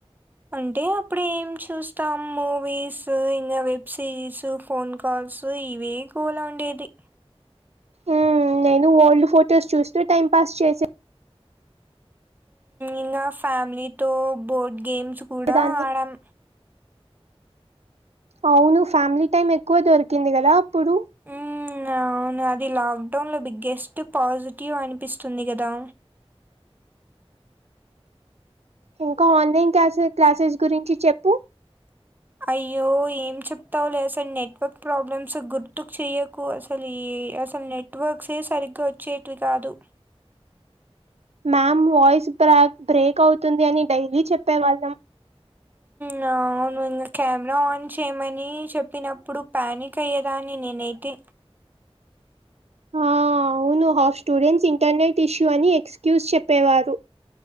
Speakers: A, on the right (about 15°); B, on the right (about 85°).
A: అంటే అప్పుడు ఏం చూస్తాం మూవీస్ ఇంగ వెబ్ సిరీస్ ఫోన్ కాల్స్ ఇవే గోలా ఉండేది
B: మ్మ్ నేను ఓల్డ్ ఫోటోస్ చూస్తూ టైం పాస్ చేసే
A: ఇంగ ఫ్యామిలీతో బోర్డ్ గేమ్స్
B: చేసేదాన్ని
A: కూడా ఆడాం
B: అవును ఫ్యామిలీ టైమ్ ఎక్కువ దొరికింది గదా అప్పుడు
A: ఉ అవును అది లాక్డౌన్లో బిగ్గెస్ట్ పాజిటివ్ అనిపిస్తుంది కదా
B: ఇంక ఆన్లైన్ క్లాసె క్లాసెస్ గురించి చెప్పు
A: అయ్యో ఏం చెప్తావు లే అసలు నెట్వర్క్ ప్రాబ్లమ్స్ గుర్తుకు చెయ్య కు అసలు ఈ అసలు నెట్వర్క్స్ ఎ సరిగ్గా వచ్చేటివి కాదు
B: మ్యామ్ వాయిస్ బ్రాక్ బ్రేక్ అవుతుంది అని డైలీ చెప్పేవాళ్ళం
A: నా అవును ఇంగ కెమెరా ఆన్ చేయమని చెప్పినప్పుడు ప్యానిక్ అయ్యేదాన్ని నేను అయితే
B: ఆ అవును హఫ్ స్టూడెంట్స్ ఇంటర్నెట్ ఇష్యూ అని ఎక్స్క్యూజ్ చెప్పేవారు